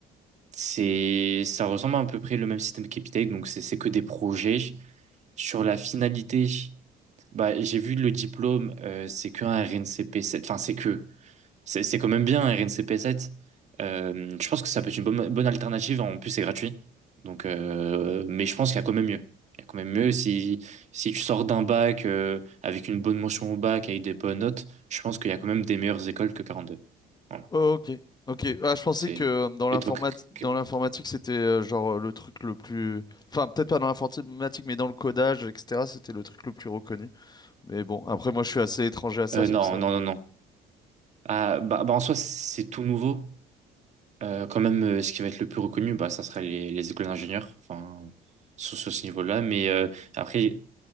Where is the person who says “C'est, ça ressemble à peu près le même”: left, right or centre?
Right